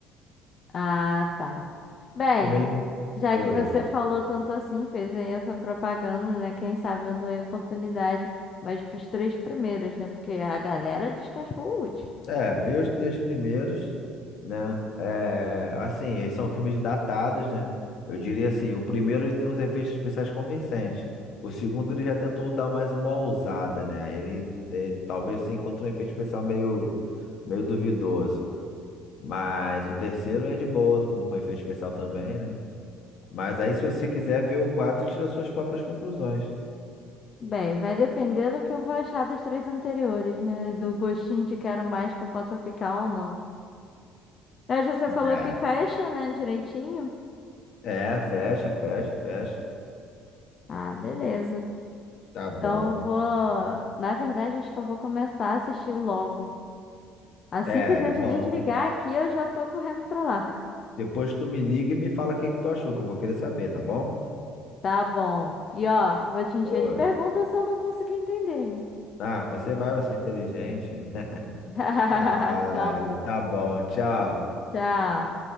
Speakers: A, on the left (about 40°); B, on the left (about 65°).
A: Ah, tá. Bem,
B: Como ele é um.
A: já
B: Oi.
A: que você falou tanto assim, fez aí essa propaganda, né? Quem sabe eu dou aí oportunidade, mas pros três primeiros, né? Porque a galera descascou o último.
B: É, é, vê os três primeiros, né? É, assim, eles são filmes datados, né? Eu diria assim, o primeiro ele tem uns efeitos especiais convincentes. O segundo ele já tentou dar mais uma ousada, né? Ele, ele talvez você encontre um efeito especial meio, meio duvidoso. Mas o terceiro é de boa, com, com efeito especial também, né? Mas aí, se você quiser ver o quadro, tira suas próprias conclusões.
A: Bem, vai depender do que eu vou achar dos três anteriores, né? e Do gostinho de quero mais que eu possa ficar ou não. Hoje você falou
B: É,
A: que fecha, né, direitinho?
B: é, fecha, fecha, fecha.
A: Ah, beleza.
B: Tá bom.
A: Então eu vou. Na verdade, acho que eu vou começar a assistir logo. Assim
B: É,
A: que a gente
B: é bom.
A: <laughs> desligar aqui, eu já tô correndo pra lá.
B: Depois tu me liga e me fala o que que tu achou, que eu vou querer saber, tá bom?
A: Tá bom. E ó, vou te encher
B: Oi.
A: de perguntas se eu não conseguir entender, hein?
B: Ah, você vai, você é inteligente. <laughs>
A: <laughs>
B: Ai,
A: Tá bom.
B: tá bom, tchau.
A: Tchau.